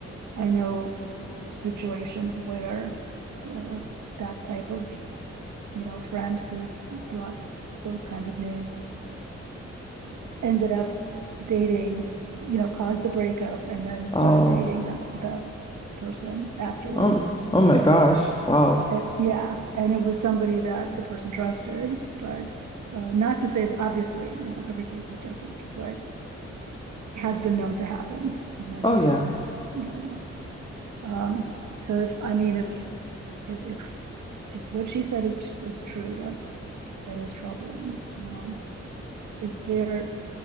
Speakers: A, on the right; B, on the left.
A: I know situations where uh, that type of you know friend who brought those kinds of news ended up dating, you know, caused the breakup and then started
B: Oh,
A: dating that that person afterwards.
B: um,
A: So
B: oh my gosh. Wow.
A: it, yeah, and it was somebody that the person trusted, but uh, not to say that obviously, you know, every case is different, but it has been known to happen when,
B: Oh yeah.
A: you know. Um, so if I mean if if if if what she said is, is true, that's that is troubling. Um, is there